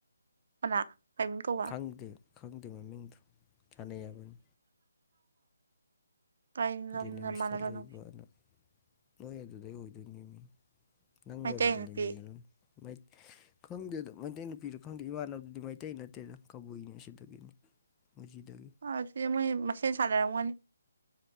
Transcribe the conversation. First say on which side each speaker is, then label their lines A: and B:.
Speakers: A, on the right; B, on the left.
A: ꯀꯅꯥ ꯀꯩ ꯃꯤꯡ ꯀꯧꯕꯧ
B: ꯈꯪꯗꯦ ꯈꯪꯗꯦ ꯃꯃꯤꯡꯗꯣ ꯁꯥꯟꯅꯩ ꯍꯥꯏꯕꯅꯤ
A: ꯀꯩ ꯂꯝꯅ
B: ꯖꯅꯤꯝꯁꯇ
A: ꯃꯥꯟꯅꯕꯅꯣ
B: ꯂꯩꯕꯅ ꯅꯣꯏ ꯑꯗꯨꯗꯩ ꯑꯣꯏꯗꯣꯏꯅꯦꯃꯤ ꯅꯪꯒ
A: ꯃꯩꯇꯩ
B: ꯔꯨꯝ
A: ꯅꯨꯄꯤ
B: ꯂꯩꯃꯤꯟꯅꯔꯝꯅꯤ ꯃꯥꯏ ꯈꯪꯗꯦꯗ ꯃꯩꯇꯩ ꯅꯨꯄꯤꯔ ꯈꯪꯗꯦ ꯏꯃꯥꯟꯅꯕꯗꯨꯗꯤ ꯃꯩꯇꯩ ꯅꯠꯇꯦꯗ ꯀꯕꯨꯏꯅꯦ ꯁꯤꯗꯒꯤꯅꯤ ꯃꯨꯖꯤꯗꯒꯤ
A: ꯑꯥ ꯁꯤꯗ ꯃꯣꯏ ꯃꯁꯦꯟ ꯁꯥꯟꯅꯔꯝꯒꯅꯤ